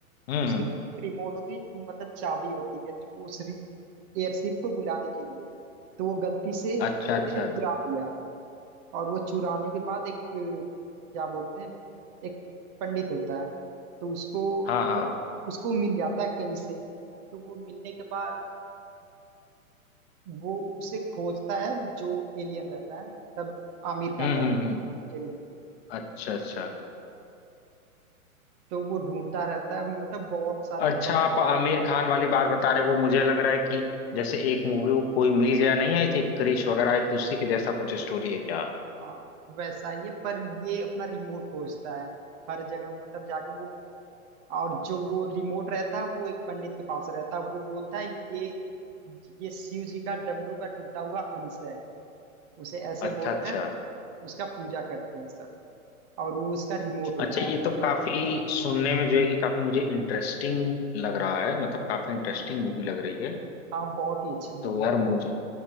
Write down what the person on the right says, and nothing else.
उसके रिमोट होती है मतलब चाबी होती है जो उस एयरशिप को बुलाने के लिए तो वो गलती से सिर्फ
चुरा लिया और वो चुराने के बाद एक अ, क्या बोलते हैं एक पंडित होता है तो उसको
वो उसको मिल जाता है कहीं से तो वो मिलने के बाद वो उसे खोजता है जो एलियन रहता है तब आमिर खान
रहता
है एलियन
तो वो ढूंढता रहता है मतलब बहुत सारा
प्रॉब्लम
हाँ वैसा ही है पर ये अपना रिमोट खोजता है हर जगह मतलब जाके वो और जो वो रिमोट रहता है वो एक पंडित के पास रहता है वो बोलता है ये ये शिव जी का डमरू का टूटा हुआ अंश है उसे ऐसे
बोलकर
उसका पूजा करते हैं सब और वो उसका रिमोट होता
है
हाँ बहुत ही अच्छी मूवी
है